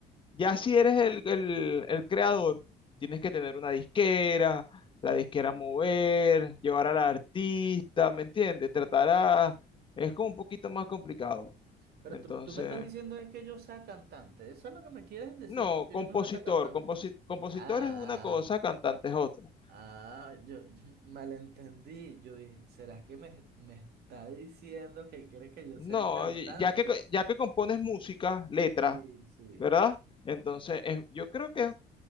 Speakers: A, on the left; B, on the right.
A: Ya si eres el, el- el creador, tienes que tener una disquera, la disquera mover, llevar al artista, ¿me entiendes? Tratar a... Es como un poquito más complicado.
B: Pero
A: Entonces,
B: tú, tú me estás diciendo es que yo sea cantante. ¿Eso es lo que me quieres decir?
A: no,
B: tú, Que
A: compositor,
B: yo me meta cantante.
A: composi- compositor
B: Ah,
A: es una cosa, cantante es otra.
B: ah, ah, yo yo malentendí. Yo dije, ¿será que me, me está diciendo que quiere que yo
A: No,
B: sea cantante?
A: y- ya que, co- ya que compones música, letra,
B: Sí, sí.
A: ¿verdad? Entonces, es- yo creo que